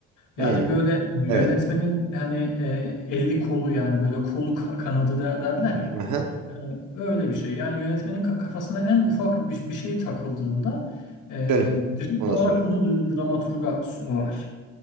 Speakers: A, on the left (about 85°); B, on the right (about 75°).
A: Yani
B: Hmm,
A: böyle yönetmenin
B: evet
A: hani e, eli kolu yani böyle kolu ka- kanadı da derler ya.
B: Aha.
A: E, öyle bir şey. Yani yönetmenin ka- kafasına en ufak bir, bir şey takıldığında e,
B: Dönüp
A: direkt
B: ona
A: olarak
B: sorayım
A: bunu d- dramaturga sorar.